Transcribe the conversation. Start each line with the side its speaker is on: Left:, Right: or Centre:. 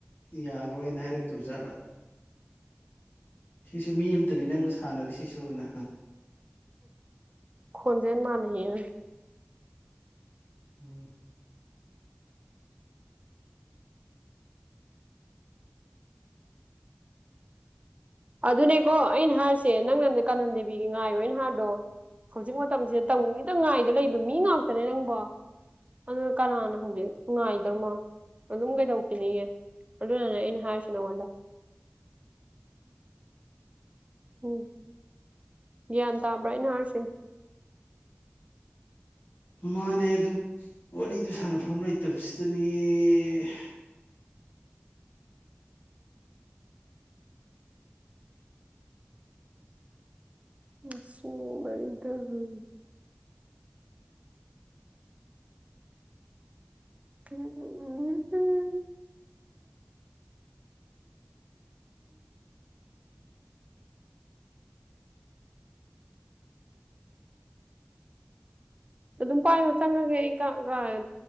Left: ꯌꯥꯔꯣꯏꯅ ꯍꯥꯏꯔꯛꯇꯣꯏ ꯖꯥꯠꯂ ꯁꯤꯁꯨ ꯃꯤ ꯑꯃꯇꯅꯤ ꯅꯪꯅ ꯁꯥꯟꯅꯔꯤ ꯁꯤꯁꯨꯅꯥ
Right: ꯈꯣꯟꯖꯦꯟ ꯃꯥꯟꯅꯩꯌꯦꯅ
Left: ꯎꯨꯝ
Right: ꯑꯗꯨꯅꯦꯀꯣ ꯑꯩꯅ ꯍꯥꯏꯔꯤꯁꯦ ꯅꯪꯅ ꯀꯥꯅꯟ ꯗꯦꯕꯤꯒꯤ ꯉꯥꯏꯌꯣꯅ ꯍꯥꯏꯔꯤꯗꯣ ꯍꯧꯖꯤꯛ ꯃꯇꯝꯁꯦ ꯇꯪꯒꯦꯇ ꯉꯥꯏꯗ ꯂꯩꯕ ꯃꯤ ꯉꯥꯛꯇꯅꯦ ꯅꯪꯕꯣ ꯑꯗꯨꯅ ꯀꯅꯥꯅ ꯍꯧꯖꯤꯛ ꯉꯥꯏꯗ꯭ꯔꯃꯣ ꯑꯗꯨꯝ ꯀꯩꯗꯧꯈꯤꯅꯤꯌꯦ ꯑꯗꯨꯅꯅꯦ ꯑꯩꯅ ꯍꯥꯏꯔꯁꯦ ꯅꯪꯉꯣꯟꯗ ꯎꯝ ꯒ꯭ꯌꯥꯟ ꯇꯥꯕ꯭ꯔꯥ ꯑꯩꯅ ꯍꯥꯏꯔꯁꯦ
Left: ꯃꯥꯅꯦ ꯑꯗꯨ ꯋꯥꯔꯤꯗꯨ ꯁꯥꯟꯅꯐꯝ ꯂꯩꯇꯕꯁꯤꯗꯅꯦ.......
Right: <unintelligible> <unintelligible> ꯑꯗꯨꯝ ꯄꯥꯏꯌꯣ ꯆꯪꯉꯒꯦ ꯑꯩ ꯀꯥ ꯀꯗ